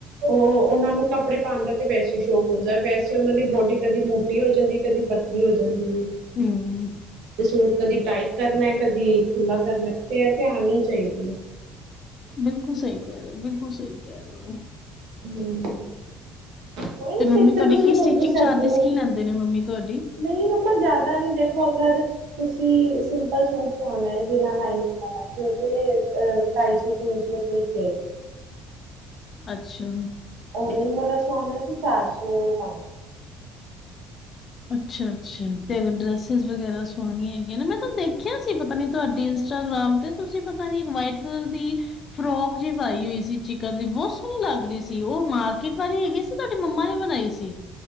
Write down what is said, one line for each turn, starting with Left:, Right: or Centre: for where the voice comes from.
Right: ਉਹ ਉਹਨਾਂ ਨੂੰ ਕੱਪੜੇ ਪਾਉਣ ਦਾ ਤੇ ਵੈਸੇ ਸ਼ੌਕ ਹੁੰਦਾ ਵੈਸੇ ਉਹਨਾਂ ਦੀ ਬੋਡੀ ਕਦੀ ਮੋਟੀ ਹੋ ਜਾਂਦੀ ਕਦੀ ਪਤਲੀ ਹੋ ਜਾਂਦੀ ਹੈ
Left: ਹਮ
Right: ਤੇ ਸੂਟ ਕਦੀ ਟਾਈਟ ਕਰਨਾ ਕਦੀ ਖੁੱਲ੍ਹਾ ਕਰਨਾ ਤੇ ਇਹ ਧਿਆਨ ਹੀ ਚਾਹੀਦੀ ਹੈ
Left: ਬਿਲਕੁਲ ਸਹੀ ਕਹਿ ਰਹੇ ਬਿਲਕੁਲ ਸਹੀ ਕਹਿ ਰਹੇ ਹੋ
Right: ਹਮ ਕੋਈ ਨੀ
Left: ਤੇ ਮੰਮੀ
Right: ਸਿੱਖ
Left: ਤੁਹਾਡੀ
Right: ਤੁਸੀਂ
Left: ਕੀ
Right: ਹੁਣ
Left: ਸਟਿਚਿੰਗ
Right: ਵੀ ਸਕਦੇ
Left: ਚਾਰਜਿਸ
Right: ਹੋ
Left: ਕੀ ਲੈਂਦੇ ਨੇ ਮੰਮੀ ਤੁਹਾਡੀ
Right: ਨਹੀਂ ਮੰਮਾ ਜ਼ਿਆਦਾ ਨੀ ਦੇਖੋ ਅਗਰ ਤੁਸੀਂ ਸਿੰਪਲ ਸੂਟ ਸਵਾਉਣਾ ਹੈ ਬਿਨਾਂ ਲਾਈਨਿੰਗ ਵਾਲਾ ਤੇ ਉਹ ਤੇ ਅਹ ਢਾਈ ਸੌ ਤਿੰਨ ਸੌ ਸੌਪੇ ਚ
Left: ਅੱਛਾ
Right: ਓਨਿੰਗ ਵਾਲਾ ਸਆਾਨ ਤੇ ਚਾਰ ਸੌ ਪੰਜ ਸੌ ਰਪਏ
Left: ਅੱਛਾ ਅੱਛਾ ਤੇ ਅਗਰ ਡਰੈਸਿਸ ਵਗੈਰਾ ਸੋਣੀਆਂ ਹੈਗੀਆਂ ਨਾ ਮੈਂ ਤੁਹਾਨੂੰ ਦੇਖਿਆ ਸੀ ਪਤਾ ਨੀ ਤੁਹਾਡੀ ਇੰਸਟਾਗ੍ਰਾਮ ਤੇ ਤੁਸੀਂ ਪਤਾ ਨੀ ਇੱਕ ਵਾਈਟ ਕਲਰ ਦੀ ਫਰੋਕ ਜਿ ਪਾਈ ਹੋਈ ਸੀ ਚਿਕਨ ਦੀ ਬਹੁਤ ਸੋਹਣੀ ਲੱਗ ਰਹੀ ਸੀ ਉਹ ਮਾਰਕੀਟ ਵਾਲੀ ਹੈਗੀ ਸੀ ਤੁਹਾਡੀ ਮੰਮਾ ਨੇ ਬਣਾਈ ਸੀ